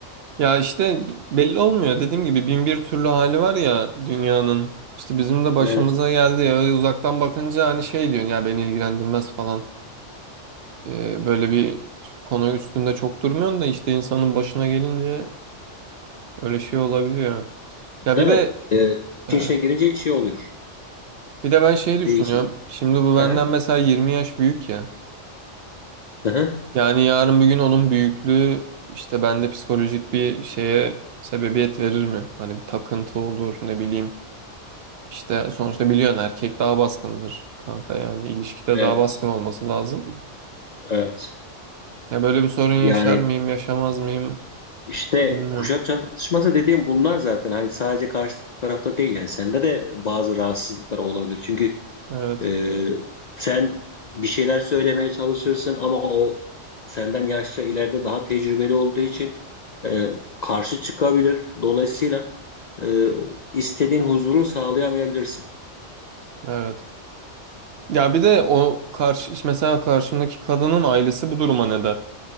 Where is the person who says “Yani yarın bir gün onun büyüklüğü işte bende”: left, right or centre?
Right